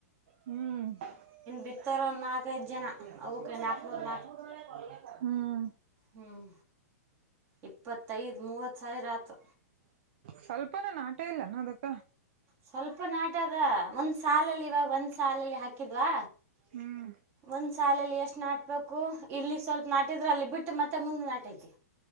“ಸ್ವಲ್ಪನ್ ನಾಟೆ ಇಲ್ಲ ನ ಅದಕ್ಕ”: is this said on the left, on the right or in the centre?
Right